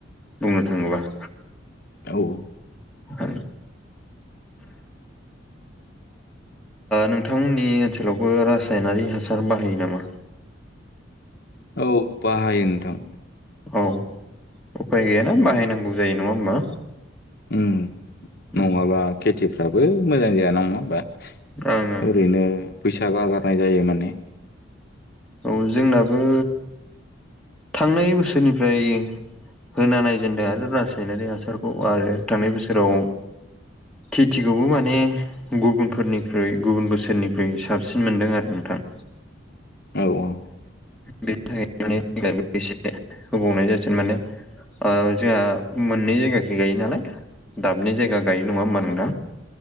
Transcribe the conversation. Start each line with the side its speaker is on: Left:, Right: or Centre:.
Centre: बुंनो थाङोबा।
Left: औ।
Centre: औ। नोंथांमोननि ओनसोलावबो रासायनारि हासार बाहायो नामा?
Left: औ बाहायो नोंथां।
Centre: औ उफाय गैयाना बाहायनांगौ जायो नङा होमबा?
Left: उ
Centre: ओं
Left: नङाबा खेथिफ्राबो मोजां जायाान नङा होमबा?
Centre: ओं
Left: ओरैनो बैसा गारगारनाय जायो माने।
Centre: औ जोंनाबो थांनाय बोसोरनिफ्राय होना नायजेनदों आरो रासायनारि हासारखौ आरो थांनाय बोसोराव खेथिखौबो माने गुबुनफोरनिख्रुइ गुबुन बोसोरनिख्रुइ साबसिन मोनदों आरो नोंथां।
Left: औ औ।
Centre: बेनि थाखाय माने एसे होबावनाय जाथोन माने। जोंहा मोननै जायगाखो गायो नालाय दाबै जायगा गायो नङा होमबा नोंथां?